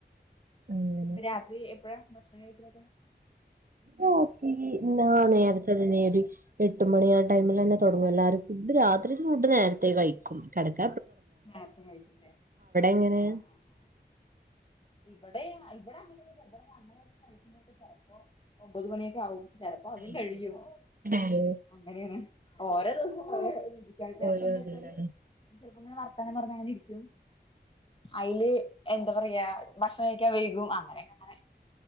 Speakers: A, on the right; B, on the left.
A: അങ്ങനെ
B: രാത്രി എപ്പഴാ ഭക്ഷണം കഴിക്കെല്
A: ണോക്കി ആ നേർച്ചരി നേ പട്ടുമണി ആ ടൈമിൽ തന്നെ തുടങ്ങും എല്ലാരരും ഫുഡ് രാത്രി ഫുഡ് നേരത്തെേ കഴിക്കും കിടക്ക
B: നേത്തെ കഴട്ടില്ലേ
A: എങ്ങനെ
B: ആ ആ ആ ഇവിടെ ഇവിടെ അങ്ങനൊന്നും ഇല്ല ഇവിടെ <unintelligible> കഴിക്കുമ്പഴത്തെക്കും ചെലപ്പോ ഒമ്പത് മണിയൊക്കെ ആകും പെ ചെലപ്പോ അതും
A: അയ്
B: കഴിയും
A: ശരി
B: അങ്ങനെയാണ് ഓരോ ദിവസം ഓരോരീതിക്കാണ് ചെലപ്പോന്താച്ചാല്
A: ഓരോ ഇതല്ലേ
B: ചെലപ്പോ ഇങ്ങനെ വർ അന്നേരം അത് എങ്ങനെ ഇരിക്കും അയില് എ ന്താ പറയാ ഭക്ഷണം കഴിക്കാൻ വൈകും അങ്ങനെയൊക്കെ അങ്ങനെ